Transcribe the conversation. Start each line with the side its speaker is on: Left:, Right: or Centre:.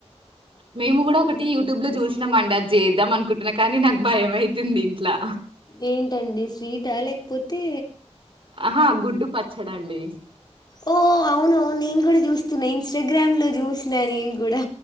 Right: మేము కూడా ఒకటి యూట్యూబ్ లో చూసినామండి అది చేద్దాం అనుకుంటున్నా కానీ నాకు భయం అయితుంది ఇంట్లా
Left: ఏంటండి స్వీటా లేకపోతే
Right: ఆహా గుడ్డు పచ్చడండి
Left: ఓ అవును అవును నేను కూడా చూస్తున్నా ఇన్స్టాగ్రామ్ లో చూసిన నేను కూడా